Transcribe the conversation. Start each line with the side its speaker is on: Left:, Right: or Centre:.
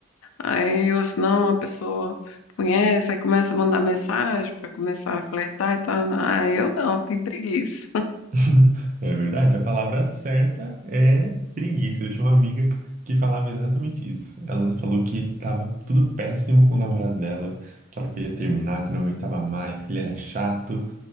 Left: Aí, ou senão, a pessoa conhece, aí começa a mandar mensagem para começar a flertar e tal. Ah, eu não, tenho preguiça.
Right: <laughs> É verdade, a palavra certa é preguiça. Eu tinha uma amiga que falava exatamente isso. Ela falou que tava tudo péssimo com o namorado dela, que ela queria terminar, que não aguentava mais, que ele era chato.